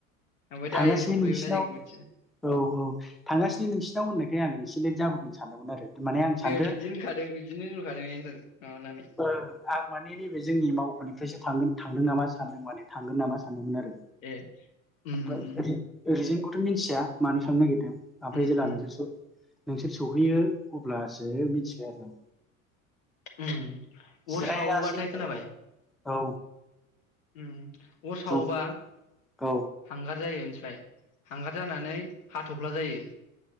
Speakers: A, on the left; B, in the centre.
A: ओमफाय
B: थांगासिनो
A: दाइरेक्ट सौफैबायबोना
B: नोंसिनाव
A: जों गुवाटियाव।
B: औ औ थांगासिनो नोंसिनाव होननायखाय आं एसे लेट जाबोगोन सानदोंमोन आरो माने आं सानदों
A: ए बिदिनो होनखादों बिदिनो होनहरखादों एनदोर माबानानै।
B: ओ आं माने जोंनि मावख'निफ्रायसो थांगोन थांदों नामा सानदों माने थांगोन नामा सानदोंमोन आरो।
A: ए उम
B: ओमफाय
A: उम उम
B: रिजोनखौथ' मिनथिया मानो थांनो नागिरदों? ओमफ्राय
A: उम
B: जेला
A: उम
B: नोंसोर सो नोंसोर सौहैयो अब्लासो मिथिबाय आरोना।
A: उम
B: जिरायासैबो
A: अर सावोबाथाय खोनाबाय।
B: औ।
A: उम अर सावोबा
B: बुं औ
A: हांगार जायो मिथिबाय हांगार जानानै हाथ'फ्ला जायो।